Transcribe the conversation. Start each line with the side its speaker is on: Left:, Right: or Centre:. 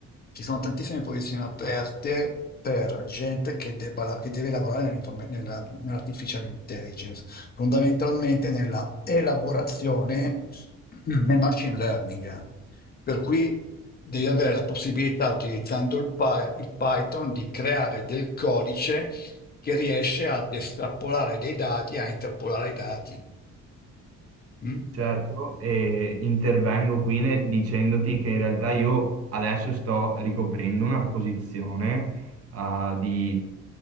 Left: ci sono tantissime posizioni aperte per gente che, debba la- che deve lavorare nell'inform- nella- nell'artificial intelligence, fondamentalmente nella elaborazione nel machine learning. Per cui devi avere la possibilità, utilizzando il Py- il Python, di creare del codice che riesce ad estrapolare dei dati, a interpolare i dati. Mm?
Right: Certo, e intervengo qui ne- dicendoti che in realtà io adesso sto ricoprendo una posizione ah, di